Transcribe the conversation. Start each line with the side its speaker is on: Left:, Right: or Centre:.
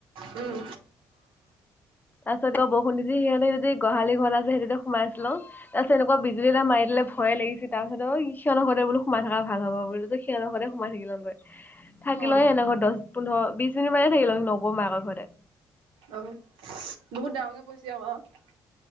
Right: উম।
Left: তাৰ পিছত গ বৰষুণ তিতি সিহে যদি গোহালি ঘৰত আছে সেইটোতে সোমাইছিলো। তাৰ পিছত তেনেকুৱা বিজুলী এটা মাৰ দিলে ভয়ে লাগিছে তাৰ পিছত সিহঁৰ ঘৰতে বোলো সোমাই থকা ভাল হব বোলো সিহঁৰ ঘৰতে সোমাই থাকি লওঁগৈ। থাকিলে
Right: অ
Left: এনে ঘৰ দহ পোন্ধৰ বিশ মিনিট মানে থাকিলে ন বৌ মাকৰ ঘৰতে।
Right: আহ' বহুত ডাঙৰকে পৰিছে ক